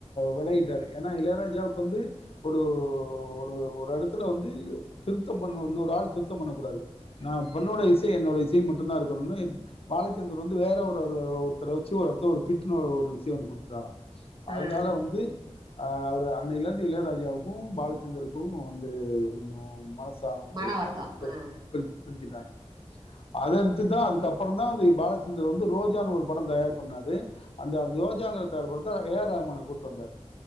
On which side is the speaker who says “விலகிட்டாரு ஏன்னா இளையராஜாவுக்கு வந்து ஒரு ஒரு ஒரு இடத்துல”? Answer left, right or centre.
Left